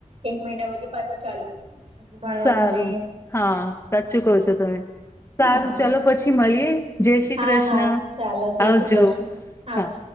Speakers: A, on the right; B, on the left.
A: એક મહિના પછી પાછું ચાલુ. ભણવાનું
B: સારું
A: નહ
B: હા સાચું કહ છો તમે, સારું
A: હા
B: ચાલો પછી મળીએ જય શ્રી
A: હા
B: કૃષ્ણ,
A: હા ચાલો જય
B: આવજો
A: શ્રી કૃષ્ણ આવજો
B: હા.